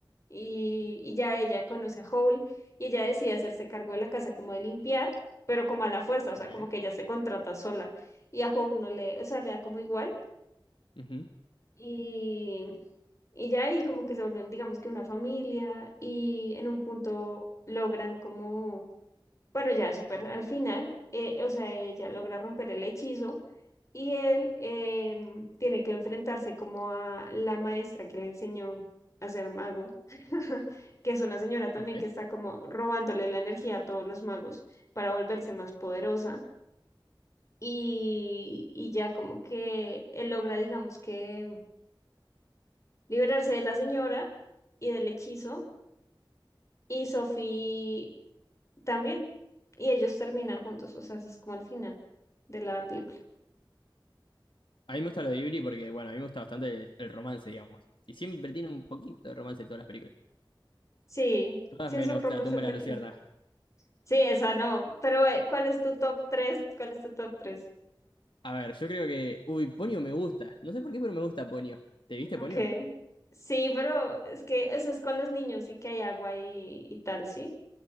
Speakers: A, on the left; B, on the left.
A: Y, y ya ella conoce a Howl y ella decide hacerse cargo de la casa como de limpiar, pero como a la fuerza,
B: Ok.
A: o sea, como que ella se contrata sola y a Howl no le, o sea, le da como igual
B: Ujú.
A: y, y ya ahí como que se vuelven, digamos que una familia y en un punto logran como bueno, ya super al final, eh, o sea, ella logra romper el hechizo y él em, tiene que enfrentarse como a la maestra que le enseñó a ser mago, <laughs> que es una señora también
B: Ok.
A: que está como robándole la energía a todos los magos para volverse más poderosa. Y, y ya como que él logra, digamos que, liberarse de la señora y del hechizo, y Sophie también. Y ellos terminan juntos, o sea, ese es como el final de la película.
B: A mí me gusta lo de Ghibli porque, bueno, a mí me gusta bastante el, el romance, digamos. Y siempre tiene un poquito de romance en todas las películas.
A: Sí,
B: Todas
A: sí
B: menos
A: es un romance
B: La tumba
A: tranquilo.
B: de las luciernas.
A: Sí, esa no. Pero, eh, ¿cuál es tu top 3? ¿Cuál es tu top 3?
B: A ver, yo creo que... Uy, Ponyo me gusta. No sé por qué, pero me gusta Ponyo. ¿Te viste
A: Ok.
B: Ponyo?
A: Sí, pero es que eso es con los niños, y que hay agua y, y tal, ¿sí?